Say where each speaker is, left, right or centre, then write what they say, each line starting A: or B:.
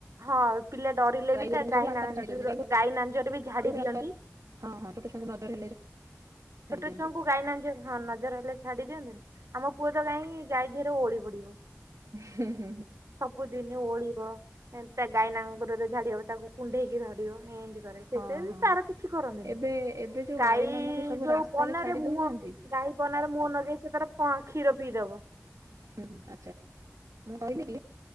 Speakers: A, on the right (about 65°); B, on the right (about 80°).
A: ହଁ ପିଲେ ଡରିଲେ ବି
B: ଗୋରୁଙ୍କୁ
A: ତା ଗାଈ
B: ସବୁ ରାସ୍ତାକୁ
A: ନାଞ୍ଜୁର
B: ଛାଡି ଦଉଛନ୍ତି
A: ଗାଈ ନାଞ୍ଜରେ ବି
B: ଗୋରୁ
A: ଝାଡି
B: ଏବେ
A: ଦିଅନ୍ତି।
B: ରାସ୍ତା ହଁ ହଁ ଛୋଟ ଚୁଆଙ୍କୁ ନଜର ହେଲେ।
A: ଛୋଟ
B: ଛାଡି ଦିଅନ୍ତି
A: ଛୁଆଙ୍କୁ। ଗାଇ ଲାଞ୍ଜ ହଁ ନଜର ହେଲେ ଝାଡି ଦିଅନ୍ତିନି ଆମ ପୁଅ ତ ଯାଇ ଗାଈ ଦିହରେ ଓଳି ପଡିବ।
B: ହୁଁ ହୁଁଁ।
A: ସବୁଦିନେ ଓହଳିବ ଏମେତା ଗାଈ ଲାଞ୍ଜ। ଓପରରେ ଝାଡ଼ିବ ତାକୁ କୁଣ୍ଡେଇକି ଧରିବ ଏମିତି କରେ। ସେ
B: ହଁ
A: ତିଥିରେ
B: ହଁ
A: ତାର କିଛି କରନ୍ତିନେହିଁ
B: ଏବେ ଏବେ ଯୋଉ
A: ଗାଈ
B: ମାନଙ୍କୁ ସବୁ
A: ଯୋଉ
B: ରାସ୍ତାରେ
A: ପନାରେ
B: ଛାଡି ଦଉନାହାନ୍ତି
A: ମୁହଁ ଗାଈ ପନାର ମୁହଁ ଲଗେଇ ସେ ତାର ପ କ୍ଷୀର ପିଇଦବ।
B: ହୁଁ ଆଚ୍ଛା ମୁଁ କହିଥିଲି?